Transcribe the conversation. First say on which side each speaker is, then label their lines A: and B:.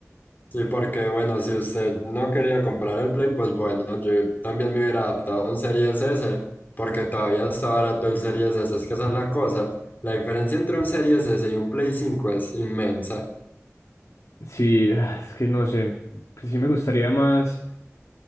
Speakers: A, on the left; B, on the left.
A: Sí, porque bueno, si usted no quería comprar el Play, pues bueno, yo también me hubiera adaptado a un Series S, porque todavía está barato el Series S, es que esa es la cosa. La diferencia entre un Series S y un Play cinco es inmensa.
B: Sí, ah, es que no sé, pues sí me gustaría más,